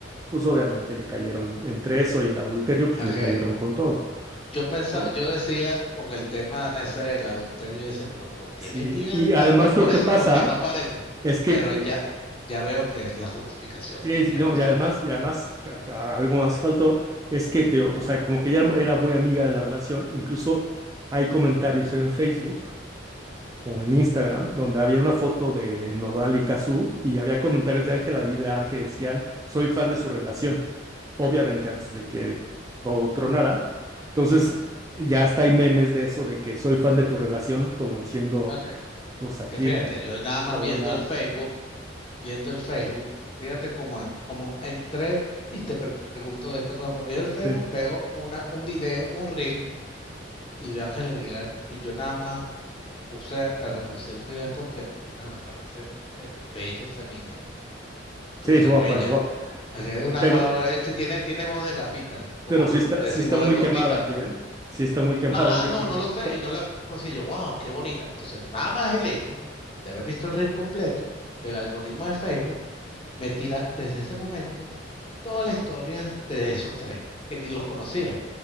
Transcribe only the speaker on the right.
pues obviamente le cayeron entre eso y el adulterio, pues
le cayeron con todo,
¿no?
Sí,
y además
lo que
pasa
es que
Sí, sí,
no,
y además,
y además ca- ca- algo más faltó, es que te, o sea, como que ya era muy amiga de la relación, incluso hay comentarios en Facebook o en Instagram donde había una foto de Nodal y Cazzu y había comentarios de Ángela Aguilar que decían, soy fan de su relación, obviamente antes de que todo tronara. Entonces, ya hasta hay memes de eso, de que soy fan de tu relación, como diciendo,
pues aquí
te voy
a...
Sí,
sí,
es guapa,
es guapa.
Pero,
Pero sí
está, sí
está muy
quemada aquí, ¿eh? Sí está muy quemada
en México.